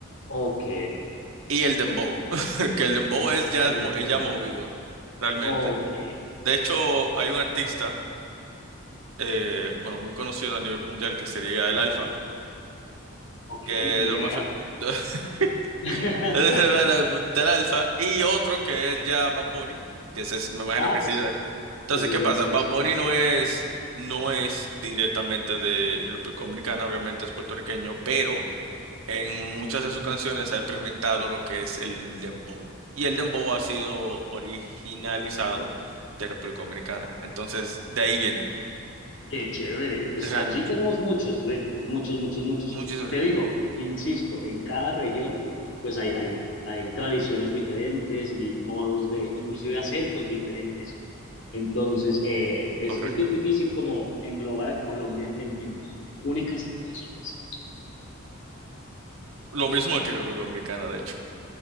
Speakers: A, on the left (about 60°); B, on the right (about 85°).
A: Ok,
B: Y el dembow, <laughs> que el dembow es ya,
A: El
B: es mo- ya
A: dembow.
B: movido, realmente.
A: ok,
B: De hecho, hay un artista, eh, bueno, muy conocido a nivel mundial, que sería el Alfa,
A: ok,
B: que de
A: ni idea.
B: lo más- <laughs>
A: <laughs>
B: bueno, del Alfa, y otro que es ya Bad Bunny, que ese es- me imagino
A: Ah,
B: que
A: pues
B: sí. de-
A: sí,
B: Entonces,
A: sí, sí,
B: ¿qué
A: sí,
B: pasa?
A: es más conocido.
B: Bad Bunny no es, no es directamente de República Dominicana, obviamente es puertorriqueño, pero En muchas de sus canciones ha implementado lo que es el dembow. Y el dembow ha sido originalizado de República Dominicana. Entonces, de ahí viene,
A: Qué chévere. Pues
B: realmente.
A: aquí tenemos muchos ritmos, muchos, muchos, muchos.
B: Muchísimo ritmo.
A: Te digo, insisto, en cada región, pues hay, hay, hay tradiciones diferentes y modos de, inclusive acentos diferentes. Entonces, eh, es,
B: Correcto.
A: es bien difícil como englobar a Colombia en, en, en- en únicas tradiciones.
B: Lo mismo aquí en República Dominicana, de hecho.